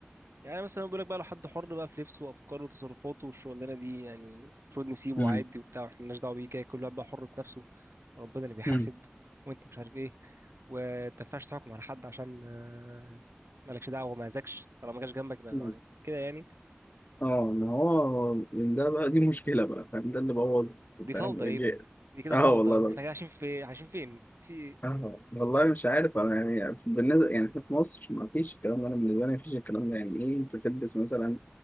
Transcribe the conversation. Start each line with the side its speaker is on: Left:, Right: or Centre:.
Right: يعني مثلا بيقول لك بقى لو حد حر بقى في لبسه وافكاره وتصرفاته والشغلانه دي يعني المفروض نسيبه
Left: مم.
Right: عادي وبتاع واحنا مالناش دعوه بيه كده كل واحد بقى حر في نفسه ربنا اللي بيحاسب
Left: مم.
Right: وانت مش عارف ايه وانت ما ينفعش تحكم على حد عشان ما- مالكش دعوه وما اذاكش طالما ما جاش جنبك يبقى
Left: مم.
Right: يعني كده يعني
Left: اه ما هو من ده بقى دي مشكلة بقى فاهم ده اللي بوظ
Right: دي فوضى
Left: فاهم
Right: يا
Left: جاء.
Right: ابني دي كده
Left: اه
Right: فوضى
Left: والله
Right: احنا
Left: لا.
Right: كده عايشين في عايشين فين في
Left: اه والله مش عارف انا يعني بالنسبة يعني إحنا في مصر ما فيش الكلام ده انا بالنسبة لي ما فيش الكلام ده يعني ايه انت تلبس مثلا